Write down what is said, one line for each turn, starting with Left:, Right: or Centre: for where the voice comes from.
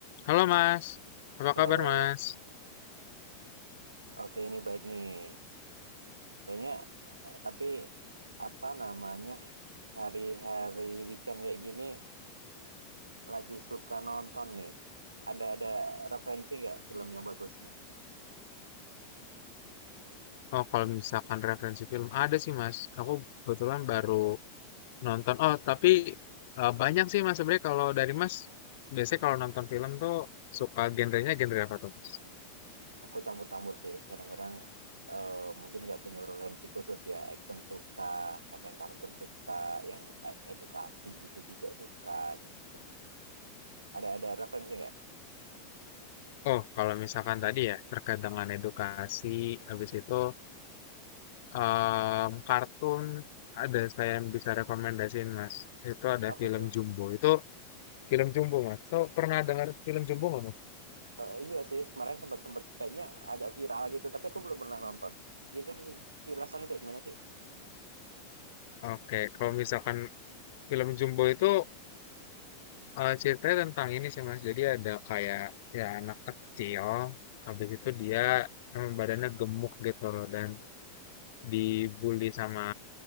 Left: Halo Mas, apa
Right: Halo.
Left: kabar Mas?
Right: Oke, ini baik nih. Kayaknya, eee, tapi apa namanya, hari-hari weekend kayak gini lagi suka nonton nih. Ada ada referensi nggak film yang bagus nih?
Left: Oh kalau misalkan referensi film ada sih Mas, aku kebetulan baru nonton. Oh tapi eh, banyak sih Mas sebenarnya kalau dari Mas biasanya kalau nonton film tuh suka genrenya genre apa tuh Mas?
Right: Aku campur-campur sih, kadang-kadang, eee, mungkin nggak punya referensi khusus ya, action suka, kadang kartun suka, yang e edukasi gitu juga suka, gitu. Ada ada referensi nggak?
Left: Oh kalau misalkan tadi ya terkait dengan edukasi, habis itu em, kartun ada saya yang bisa rekomendasiin Mas. Itu ada
Right: Apa
Left: film
Right: tuh?
Left: Jumbo. Itu film Jumbo Mas. Tuh pernah dengar film Jumbo nggak Mas?
Right: Eee, iya sih, kemarin sempat-sempat kayaknya agak viral gitu, tapi aku belum pernah nonton. Itu kilasannya kayak gimana sih?
Left: Oke, kalau misalkan film Jumbo itu Eh, ceritanya tentang ini sih Mas. Jadi ada kayak ya anak kecil, habis itu dia em, badannya gemuk gitu loh dan dibully sama